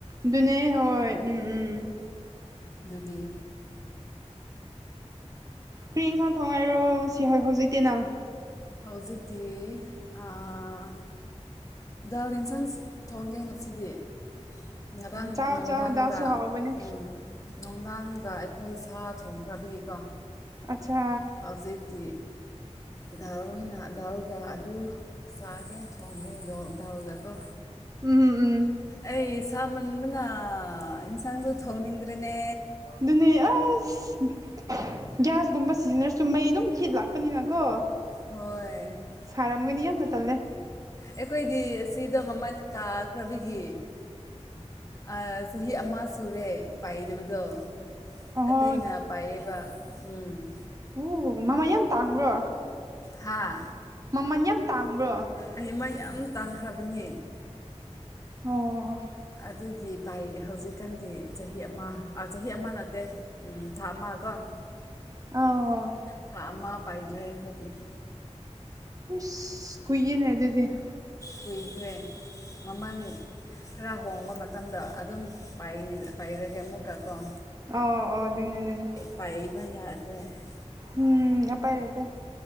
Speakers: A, on the right; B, on the left.
A: ꯑꯗꯨꯅꯦ ꯍꯣꯏ ꯎꯝ ꯎꯝ꯫
B: ꯑꯗꯨꯒꯤ
A: ꯀ꯭ꯔꯤ ꯏꯟꯁꯥꯡ ꯊꯣꯡꯉꯥꯏꯔꯣ ꯉꯁꯤ ꯍꯣꯏ ꯍꯧꯖꯤꯛꯇꯤ ꯅꯪ꯫
B: ꯍꯧꯖꯤꯛꯇꯤ ꯑꯥ ꯗꯥꯜ ꯏꯟꯁꯥꯡ ꯊꯣꯡꯒꯦ ꯉꯁꯤꯗꯤ꯫ ꯉꯔꯥꯡ
A: ꯆꯥꯎ
B: ꯅꯨꯡꯗꯥꯡꯗ
A: ꯆꯥꯎ ꯗꯥꯜꯁꯨ ꯍꯥꯎꯕꯅꯦ꯫
B: ꯎꯝ ꯅꯨꯡꯗꯥꯡꯗ ꯑꯩꯈꯣꯏ ꯁꯥ ꯊꯣꯡꯈ꯭ꯔꯕꯤꯀꯣ꯫
A: ꯑꯠꯁꯥ
B: ꯍꯧꯖꯤꯛꯇꯤ ꯗꯥꯥꯜ ꯑꯣꯏꯅ ꯗꯥꯥꯜꯒ ꯑꯥꯂꯨ ꯆꯥꯒꯦ ꯊꯣꯡꯒꯦ ꯑꯗꯣ ꯗꯥꯥꯜꯒꯀꯣ꯫
A: ꯎꯝ ꯎꯝ
B: ꯑꯩ ꯁꯥꯃꯟꯕꯅ ꯏꯟꯁꯥꯡꯁꯨ ꯊꯣꯡꯅꯤꯡꯗ꯭ꯔꯦꯅꯦ꯫
A: ꯗꯨꯅꯦ ꯑꯁ ꯒ꯭ꯌꯥꯁꯒꯨꯝꯕ ꯁꯤꯖꯤꯟꯅꯔꯁꯨ ꯃꯩ ꯑꯗꯨꯝ ꯍꯤꯠ ꯂꯥꯛ ꯄꯅꯤꯅ ꯀꯣ
B: ꯍꯣꯏ
A: ꯁꯥꯔꯝꯒꯅꯤ ꯌꯥꯝꯅ ꯇꯜꯂꯦ ꯫
B: ꯑꯩꯈꯣꯏꯗꯤ ꯑꯁꯤꯗ ꯃꯃꯟ ꯀꯥꯈ꯭ꯔꯕꯒꯤ ꯑꯥ ꯆꯍꯤ ꯑꯃ ꯁꯨꯔꯦ ꯄꯥꯏꯗꯕꯗꯣ ꯫
A: ꯑꯣꯍꯣ
B: ꯑꯇꯩꯅ ꯄꯥꯏꯑ‌ꯦꯕ ꯎꯝ ꯫
A: ꯑꯨ ꯃꯃꯥꯟ ꯌꯥꯝ ꯇꯥꯡꯕ꯭ꯔꯣ?
B: ꯍꯥꯥ
A: ꯃꯃꯟ ꯌꯥꯝ ꯇꯥꯡꯕ꯭ꯔꯣ?
B: ꯑꯩ ꯑꯃ ꯌꯥꯝ ꯇꯥꯡꯈ꯭ꯔꯕꯅꯤ ꯫
A: ꯑꯣ
B: ꯑꯗꯨꯒꯤ ꯚꯥꯏ ꯍꯧꯖꯤꯛꯀꯥꯟꯗꯤ ꯆꯍꯤ ꯑ ꯑꯃ ꯆꯍꯤ ꯑꯃ ꯅꯠꯇꯦ ꯫ ꯎꯝ ꯊꯥ ꯑꯃ ꯀ‌ꯣ ꯫
A: ꯑꯥꯎ
B: ꯊꯥ ꯑꯃ ꯄꯥꯏꯗ꯭ꯔꯦ ꯑꯩꯈꯣꯏꯗꯤ ꯫
A: ꯈꯨꯨꯏꯁ ꯀꯨꯏꯌ‌ꯦꯅ‌ꯦ ꯑꯗꯨꯗꯤ ꯫
B: ꯀꯨꯏꯈ꯭ꯔꯦ ꯃꯃꯟ ꯈꯔ ꯍꯣꯡꯕ ꯃ ꯇꯝꯗ ꯑꯗꯨꯝ ꯄꯥꯏ ꯄꯥꯏꯔꯒꯦ ꯑꯃꯨꯛꯀ ꯀꯣ ꯫
A: ꯑ‌‌ꯣꯑꯣ ꯑꯗꯨꯅꯤ ꯑꯗꯨꯅꯤ ꯫
B: ꯄꯥꯏꯕ ꯌꯥꯗ꯭ꯔ‌ꯦ ꯫
A: ꯎꯝ ꯑꯄꯥꯏ ꯂꯩꯇ‌ꯦ ꯫